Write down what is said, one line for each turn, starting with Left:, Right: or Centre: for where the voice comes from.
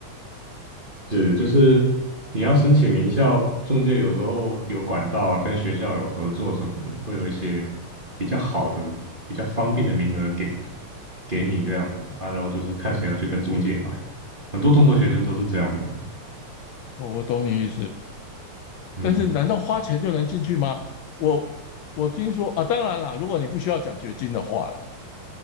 Right: 是，就是你要申请名校，中介有时候有管道啊，跟学校有合作什么的，会有一些比较好的、比较方便的名额给给你这样子啊，然后就是看谁要去跟中介买，很多中国学生都是这样子的。
Left: 哦，我懂你意思。
Right: 嗯，
Left: 但是，难道花钱就能进去吗？我我听说啊，当然啦，如果你不需要奖学金的话啦，